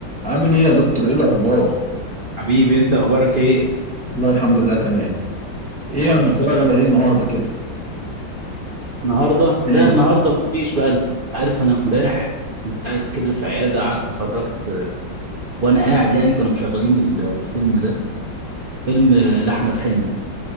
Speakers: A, in the centre; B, on the right.
A: عامل ايه يا دكتور ايه الاخبار
B: حبيبي انت اخبارك ايه
A: والله الحمد لله تمام ايه
B: يا رب
A: هنتفرج
B: دايما
A: على ايه النهارده كده
B: النهارده
A: ايه
B: لا النهارده مفيش بقى انت عارف انا امبارح كنت قاعد كده في عياده قعدت اتفرجت وانا قاعد يعني كانوا مشغلين ال- الفيلم ده فيلم آه، لاحمد حلمي